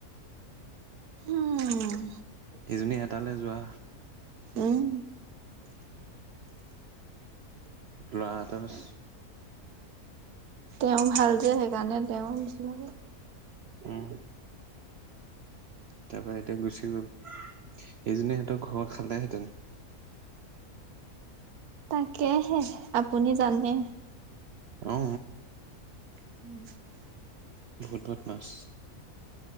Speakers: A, on the right; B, on the right.
A: উম
B: সেইজনী এটালৈ যোৱা
A: উম
B: লৰা এটা বাছ
A: তেওঁ ভাল যে সেইকাৰণে তেওঁ নিচিনাকে
B: উম তাৰ পৰাৰা এতিয়া গুচি গ'ল সেইজনি ইহঁতৰ ঘৰ খালেহেঁতেন
A: তাকেহে আপুনি জানে
B: অ
A: <inaudible>
B: বহুত বহুত মাছ